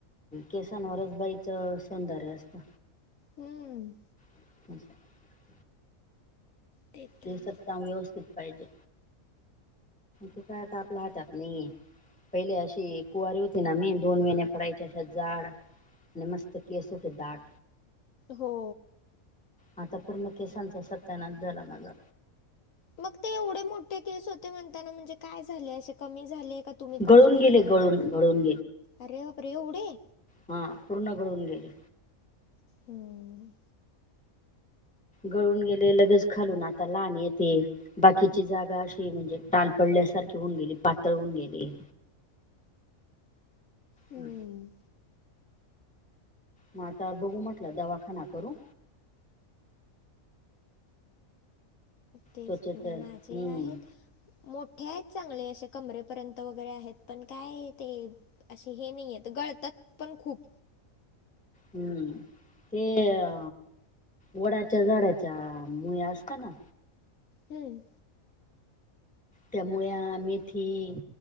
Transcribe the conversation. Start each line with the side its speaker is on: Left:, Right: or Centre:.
Centre: केसांवरच बाईच सौंदर्य असत.
Left: हम्म
Centre: <inaudible>
Left: ते तर
Centre: हे
Left: आहे.
Centre: सत्ताम व्यवस्थित पाहिजे ते काय आता आपल्या हातात नाहीये. पहिले अशी कुवारी होती ना मी दोन वेन्या पडायच्या अशा जाड. आणि मस्त केस होते दाट.
Left: हो
Centre: आता पूर्ण केसांचा सत्यानाश झाला माझा.
Left: मग ते एवढे मोठे केस होते म्हणताना काय झाले असे कमी झाले का तुम्ही कट
Centre: गळून
Left: केले
Centre: गेले
Left: वगैरे
Centre: गळून गळून
Left: अरे बापरे एवढे?
Centre: हां पूर्ण गळून गेले.
Left: हम्म,
Centre: गळून गेले लगेच खालून आता लहान येतील. बाकीची जागा अशी म्हणजे टाल पडल्यासारखी होऊन गेली, पातळ होऊन गेली.
Left: हम्म.
Centre: हा. म आता बघू म्हटलं दवाखाना करू.
Left: तेच
Centre: त्वचेच
Left: कि नाय
Centre: हम्म
Left: माझे आहेत. मोठे आहेत चांगले असे कमरेपर्यंत वगैरे आहेत, पण काय ते असे हे नाहियेत, गळतात पण खूप.
Centre: हम्म, ते अ वडाच्या झाडाच्या मूळ्या असताना
Left: हम्म!
Centre: त्या मूळ्या, मेथी